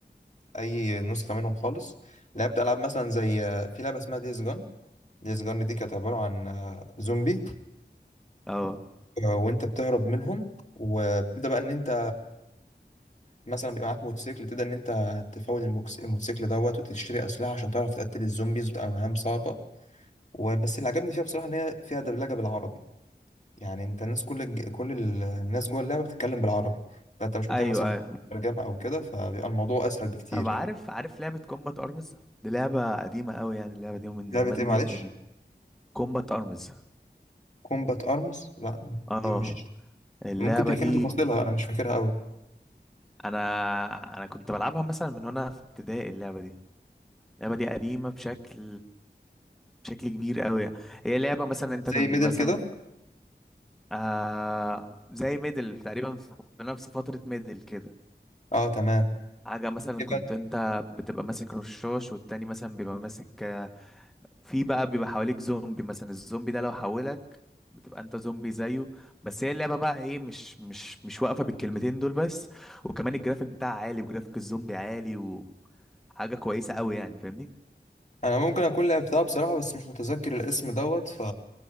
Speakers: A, on the left; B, in the centre.
A: اي نسخه منهم خالص لعبت العاب مثلا زي في لعبه اسمها ديز جون ديز جون دي كانت عباره عن آه، زومبي
B: اه
A: آه، وانت بتهرب منهم وبتبدا بقى ان انت مثلا بيبقى معاك موتوسيكل تبدا ان انت تفاول الموكس- الموتوسيكل دوت وتشتري اسلحه عشان تعرف تقتل الزومبيز وتبقى مهام صعبه وبس اللي عجبني فيها بصراحه ان هي فيها دبلجه بالعربي يعني انت الناس كل الج- كل ال- الناس جوه اللعبه بتتكلم بالعربي فانت مش محتاج
B: ايوه
A: مثلا
B: ايوه
A: ترجمه او كده فبيبقى الموضوع اسهل بكتير
B: طب عارف
A: يعني
B: عارف لعبة كومبات ارمز دي لعبة قديمة قوي يعني اللعبة دي من
A: لعبه
B: زمان
A: ايه معلش
B: جدا يعني كومبات ارمز
A: كومبات ارمز لا
B: اه
A: دي مش
B: اللعبة
A: ممكن تحكي
B: دي
A: لي تفاصيلها انا مش فاكرها قوي
B: انا انا كنت بلعبها مثلا من هنا في ابتدائي اللعبة دي اللعبة دي قديمة بشكل بشكل كبير قوي هي لعبة مثلا انت
A: زي
B: كنت
A: ميدل
B: مثلا
A: كده
B: آه زي ميدل تقريبا في في نفس فترة ميدل كده
A: اه تمام
B: حاجة مثلا
A: يبقى
B: كنت انت بتبقى ماسك رشاش والتاني مثلا بيبقى ماسك آه، في بقى بيبقى حواليك زومبي مثلا الزومبي ده لو حولك بتبقى انت زومبي زيه بس هي اللعبة بقى ايه مش مش مش واقفة بالكلمتين دول بس وكمان الجرافيك بتاعها عالي وجرافيك الزومبي عالي وحاجة كويسة قوي يعني فاهمني
A: انا ممكن اكون لعبتها بصراحه بس مش متذكر الاسم دوت ف